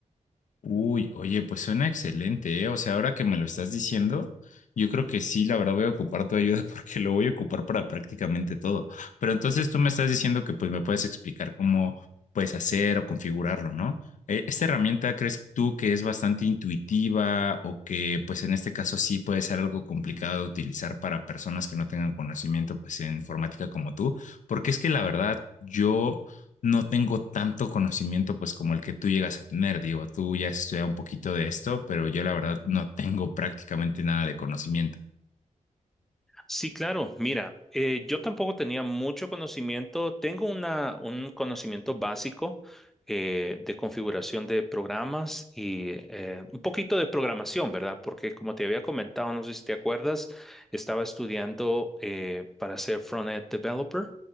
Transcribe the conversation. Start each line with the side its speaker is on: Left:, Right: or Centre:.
Left: Uy, oye, pues suena excelente, ¿eh? O sea, ahora que me lo estás diciendo, yo creo que sí, la verdad voy a ocupar tu ayuda <laughs> porque lo voy a ocupar para prácticamente todo. Pero entonces tú me estás diciendo que pues me puedes explicar cómo puedes hacer o configurarlo, ¿no? Eh, ¿Esta herramienta crees tú que es bastante intuitiva o que pues en este caso sí puede ser algo complicado de utilizar para personas que no tengan conocimiento pues en informática como tú? Porque es que la verdad yo no tengo tanto conocimiento pues como el que tú llegas a tener. Digo, tú ya has estudiado un poquito de esto, pero yo la verdad no tengo prácticamente nada de conocimiento.
Centre: Sí, claro. Mira, eh, yo tampoco tenía mucho conocimiento. Tengo una, un conocimiento básico eh, de configuración de programas y eh, un poquito de programación, ¿verdad? Porque como te había comentado, no sé si te acuerdas, estaba estudiando eh, para ser front-end developer,